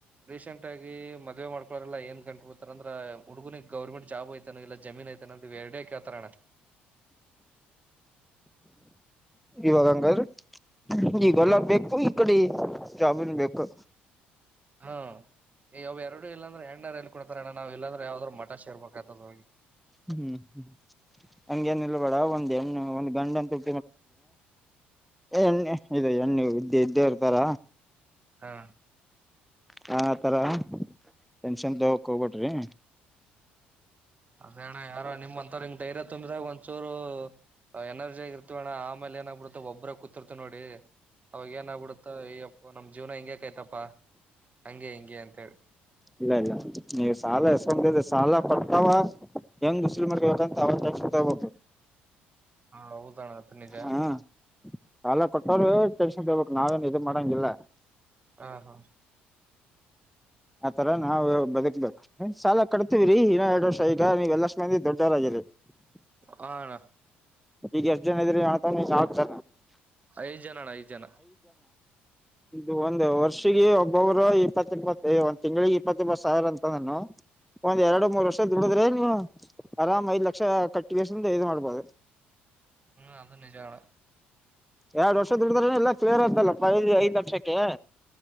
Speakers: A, on the right; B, in the centre.
A: ರೀಸೆಂಟ್ ಆಗ ಮದ್ವೆ ಮಾಡಕೋರೆಲ್ಲ ನ್ ಕಟ್ು ಬಿತ ಅಂದ್ರ ಹುಡ್ಗನಂಗ ಗರ್ಮೆಂಟ್ ಜಾಬ್ ಐತಾನ ಇಲ್ಲ ಜಮೀನ್ ಐತೆ ಅವೆರದೇ ಕೇಳ್ತಾರನ್ನ
B: ಇವಾಗ ಹಂಗಾದ್ರೀ ಈ ಗಲ್ಲ ಬೇಕು ಈ ಕಡೆ ಜಾಬ್ ಬೇಕು
A: ಹಾ ಯ್ ಎರಡು ಇಲ್ಲಾಂದ್ರೆ ಹೆಂಗ್ನಾರ ಹೆಣ್ಣ್ ಎಲ್ಲಿ ಕೊಡ್ತಾರೆ ಅಣ್ಣ ನಾವು ಇಲ್ಲಂದ್ರೆ ಯಾವ್ದ್ರು ಮಠ ಸೇರ್ಬೇಕತದೋಗಿ
B: ಹ್ಮ್ ಹ್ಮ್ ಹ್ಮ್ ಹಂಗೇನ ಇಿಲ್ಲ ಬೇಡ ಒಂದ್ ಹೆಣ್ಣು ಒಂದ್ ಗಂಡಂತ ಎಣ್ಣೆ ಇದು ಎಣ್ಣ ಇದ್ದೇ ಇದ್ದೇ ಇರ್ತಾರ
A: ಹಾ
B: ಹಾ ಸಾರ ಟೆನ್ಷನ್ ತಕ್ ಹೋಗ್ಬಿಟ್ರಿ
A: ಅದೇಣ್ಣ ಯಾರ ನಿಮ್ಂತ ಅವ್ರು ಧೈರ್ಯ ತುಂಬಿದಾಗ ಒಂದಚೂರು ಎನರ್ಜಿ ಇರ್ತವ ಅಣ್ಣ ಆಮೇಲೆ ಏನ್ಬ ಬಿಡತೆ ಒಬ್ಬ್ರೂತಿರ್ತ ನೋಡಿ ಅವಾಗ ಏನ ಆಗಬಿಡುತ್ತ ಈಪ್ಪ ನಮ್ ಜೀವನ ಹೆಂಗಕಯ್ತಪ್ಪಾ ಹಂಗೆ ಹೆಂಗಗೆ ಅಂತ ಹೇಳಿ
B: ಇಲ್ಲ ಇಲ್ಲ ನೀ ಸಾಲ ಸಾಲ ಪಡ್ತಾವ ಯಂಗ್ ವಸೂಲಿ ಮಾಡ್ಕೋಬೇಕು ಅಂತ ಅವ್ರ್ ಟೆನ್ಶನ್ ತಗೋಬೇಕು
A: ಹಾ ಹೌದಣ ಅದು ನಿಜ
B: ಹಾ ಸಾಲ ಕೊಟ್ಟೋರು ಟೆನ್ಶನ್ ತಗೋಬೇಕು ನಾವೇನ್ ಇದ್ ಮಾಡಂಗಿಲ್ಲ
A: ಹಾ ಹಾ
B: ಆತರ ನಾವವು ಬದುಕ್ಬೇಕು ಸಾಲ ಕಟ್ತೀವ್ರೀ ಇನ್ನೋ ಎರಡು ವರ್ಷ ಈಗ ನೀ್ವೆಲ್ಲಷ್ಟು ಮಂದಿ ದೊಡ್ಡರಾಗಿರಿ ಹ್ಮ
A: ಹ ಅಣ
B: ಈಗ ಎಷ್ಟ್ ಜನ ಇದ್ರಿ ಮಾಡತಾನನ್ ನಾವ ಜ
A: ಐದ್ ಜನ ಅಣ್ಣ ಐದ್ ಜನ
B: ಇದು ಒಂದು ವರ್ಷಗ ಒಬ್ಬೊಬ್ರು ಇಪ್ಪತ್ತ ಇಪ್ಪತ್ತು ಏ್ ಒಂದ್ ತಿಂಗಳಿಗೆ ಇಪ್ಪತ್ತ ಬತ್ ಸಾವಿರ ಅಂತ ನಾನು ಒಂದ್ ಎರಡು ಮೂರ್ ವರ್ಷ ದುಡಿದ್ರೆ ನೀವು ಆರಾಮ್ ಐದ್ ಲಕ್ಷ ಕಟ್ಟಿ ಮಾಡ್ಬೋದು
A: ಹ್ಮ್ ಅದು ನಿಜ ಅಣ್ಣ
B: ಎರಡ್ ವರ್ಷ ದುಡಿದ್ರ ಎಲ್ಲಾ ಕ್ಲಿಯರ್ ಆಗ್ತಲ್ಲಪ್ಪ ಐದ್ ಲಕ್ಷಕ್ಕೆ